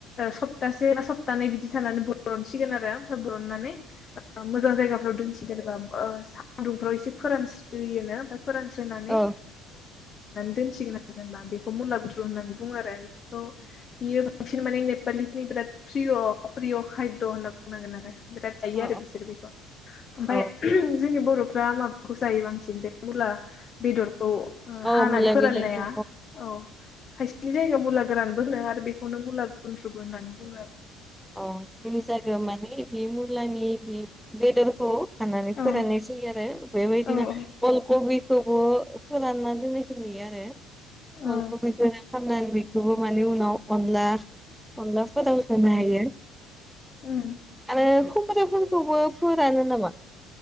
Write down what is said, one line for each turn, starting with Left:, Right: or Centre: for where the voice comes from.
Left: सप्तासे बा सप्तानै बिदि थानानै बरनसिगोन आरो हाब्रनानै मोजां जायगाफ्राव दोनसै जेनेबा सान्दुंफ्राव एसे फोरानस्रियोनो ओमफ्राय <inaudible> सोनानै
Centre: औ
Left: दोनसिगोन आरो जेनबा बेखौ मुला गुन्द्रु होननानै बुङो आरो बेखौ बियो बांसिन माने नेपालिनि बिराद प्रिअ खायद' होनना बुंनांगोन आरो बिराद जायो
Centre: अ
Left: आरो बिसोर बेखौ ओमफ्राय
Centre: औ
Left: जोंनि बर'फ्रा माबाखौ जायो बांसिन बे मुला बेदर औ
Centre: औ
Left: हानानै
Centre: मुला
Left: फोराननाया
Centre: बेदरखौ
Left: औ खायसेनि जायगा मुला गोरानबो होनो आरो बेखौनो मुला गुन्द्रुबो होन्नानै बुङो आरो
Centre: अ माने बे मुलानि बे बेदरखौ हाननानै
Left: औ
Centre: फोराननाय जायो आरो बेबायदिनो
Left: औ
Centre: अल कबिखौबो फोरानना दोननायखौ नुयो आरो
Left: औ
Centre: अल कबिखौ गोरान खालामनानै बेखौबो माने उनाव अनला अनला फोराव होनो हायो
Left: उम
Centre: आरो खुमब्राफोरखौबो फोरानो नामा